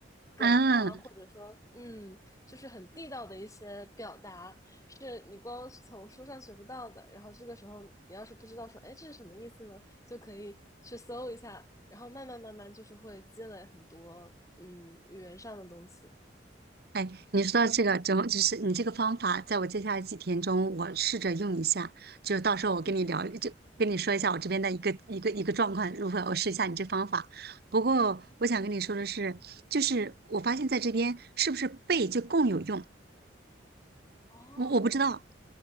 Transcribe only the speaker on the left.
梗啊，
或者说，嗯，就是很地道的一些表达，是你光从书上学不到的。然后这个时候，你要是不知道说，哎，这是什么意思呢，就可以去搜一下，然后慢慢慢慢就是会积累很多，嗯，语言上的东西。<clears throat>
嗯。
嗯，好呀。
哦，